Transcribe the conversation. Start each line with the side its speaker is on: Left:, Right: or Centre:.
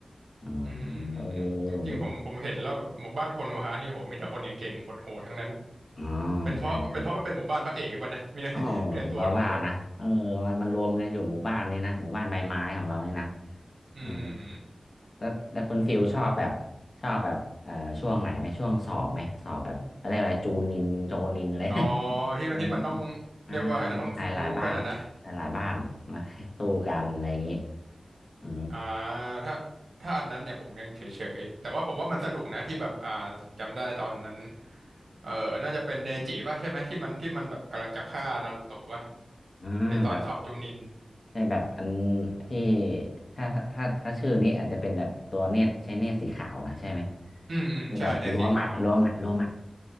Left: อ๋อ
Right: อืมอืมอืมจริงๆผมผมเห็นแล้วแบบหมู่บ้านโคโนฮะนี่โหมีแต่คนเก่งๆโหดๆทั้งนั้น
Left: เออผมดู อ๋อ
Right: เป็นเพราะเป็นเพราะมันเป็นหมู่บ้านพระเอกป่ะนะมีแต่มีแต่ตัวโหด
Left: ใช่ใช่โอ้ผมก็ว่านะเออมันมันรวมกันอยู่หมู่บ้านนี่นะหมู่บ้านใบไม้ของเรานี่นะ
Right: ๆอืม
Left: อ๋อแล้วแล้วคุณฟิลชอบแบบชอบแบบเอ่อช่วงไหนไหมช่วงสอบไหมสอบแบบอะไรยกอะไรจูนินโจนินเลย
Right: อ๋อ
Left: <laughs>
Right: ที่มันที่มันต้อง
Left: เอออ่า
Right: เรียกว่าไงนะต้องบู๊กันนะนะ
Left: มีหลายหลายบ้านหลายหลายบ้านมาแค่สู้กันอะไรอย่างนี้เออ
Right: อ่าถ้าถ้าอันนั้นเนี่ยผมยังเฉยๆแต่ว่าผมว่ามันสนุกนะที่แบบอ่าผมจำได้ตอนนั้นเออน่าจะเป็นเนจิป่ะใช่ไหมที่มันที่มันแบบกำลังจะฆ่านารูโตะป่ะ
Left: อ่า
Right: ในตอนสอบจูนิน
Left: ใช่แบบอันที่ถ้าถ้าถ้าชื่อนี้อาจจะเป็นแบบตัวเนตรใช้เนตรสีขาวนะใช่ไหม
Right: อืมอืมใช่เนี่ยสีขาว
Left: เป็นแบบรัวหมัดรัวหมัดรัวหมัด